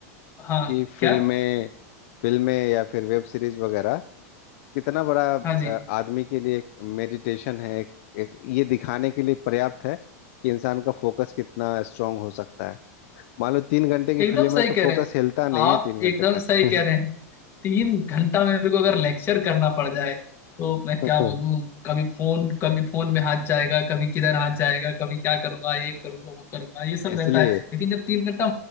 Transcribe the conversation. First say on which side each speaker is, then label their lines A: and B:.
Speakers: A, on the left (about 25°); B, on the left (about 55°).
A: हाँ
B: कि फिल्में
A: क्या
B: फिल्में या फिर वेब सीरीज वगैरह कितना बड़ा अ,
A: हाँ जी
B: आदमी के लिए एक मेडिटेशन है एक, एक ये दिखाने के लिए पर्याप्त है कि इंसान का फोकस कितना स्ट्रांग हो सकता है मान लो तीन घंटे की
A: एकदम
B: फिल्म
A: सही
B: है तो
A: कह
B: फोकस
A: रहे हैं
B: हिलता नहीं
A: आप
B: है तीन
A: एकदम
B: घंटे तक
A: सही कह रहे हैं तीन घंटा मेरे को अगर लेक्चर करना पड़ जाए तो मैं क्या
B: <laughs>
A: बोलूं कभी फोन कभी फोन में हाथ जाएगा कभी किधर हाथ जाएगा कभी क्या करूंगा ये करूंगा वो करूंगा ये सब
B: इसलिए
A: रहता है लेकिन जब तीन घंटा